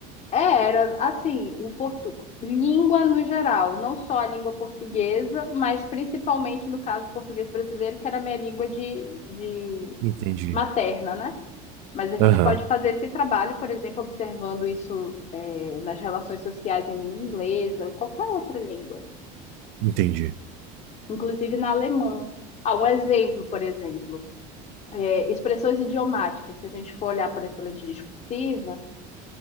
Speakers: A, on the left; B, on the right.
A: É, era assim, o portu... língua no geral, não só a língua portuguesa, mas principalmente no caso o português brasileiro, que era a minha língua de, de
B: Entendi.
A: materna, né? Mas a gente
B: Aham,
A: pode fazer esse trabalho, por exemplo, observando isso é, nas relações sociais em língua inglesa, ou qualquer outra língua, né?
B: entendi.
A: Inclusive na alemã. Ah, um exemplo, por exemplo, é, expressões idiomáticas. Se a gente for olhar por essa lente discursiva,